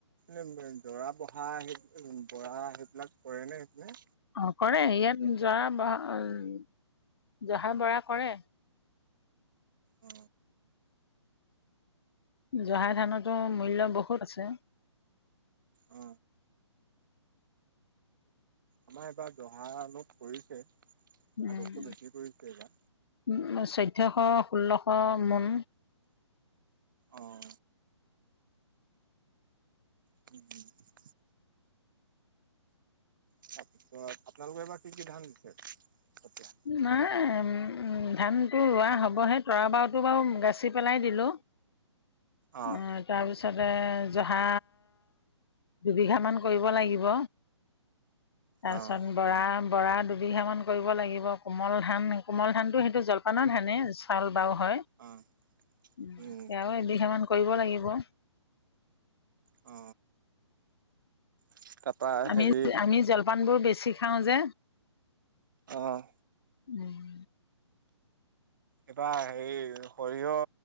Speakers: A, on the right; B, on the left.
A: এই ৱে <unintelligible> বৰা, পঢ়া সেই উ বৰা সেই বিলাক কৰে নে সেইফালে?
B: অঁ কৰে ইয়াত জৰা বহা উম জহা বৰা কৰে।
A: অ
B: জহা ধানতো মূল্য বহুত আছে।
A: অ আমাৰ এবাৰ জহা অলপ কৰিছে।
B: উম
A: আগতকৈ বেছি কৰিছে এইবাৰ
B: উম' চৈধ্যশ ষোল্লশ মন
A: অঁ। <unintelligible> তাৰপিছত আপোনালোকে এবাৰ কি কি ধান দিছে? কঠিয়া
B: নাই এম উম ধানটো ৰোৱা হ'বহে তৰা বাওটো বাও গাঁচি পেলাই দিলোঁ।
A: অ',
B: অঁ। তাৰপিছতে জহা দুবিঘামান কৰিব লাগিব। তাৰ
A: অ'।
B: পিছত বৰা বৰা দুবিঘা মান কৰিব লাগিব। কোমল ধান কোমল ধানটো সেইটো জলপানৰ ধানেই চাউল বাও হয়।
A: অ',
B: উ
A: উম।
B: এয়াও এবিঘা মান কৰিব লাগিব।
A: অ <inaudible>
B: আমি
A: হেৰি
B: আমি জলপানবোৰ বেছি খাওঁ যে
A: অ',
B: উম।
A: এইবাৰ হেৰি, সৰিয়হ